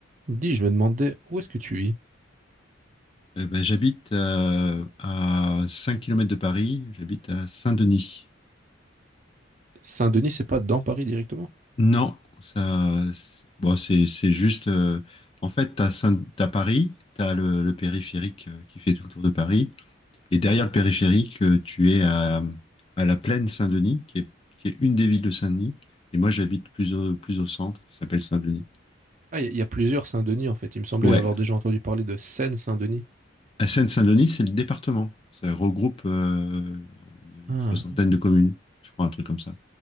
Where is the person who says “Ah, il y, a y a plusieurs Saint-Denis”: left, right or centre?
Right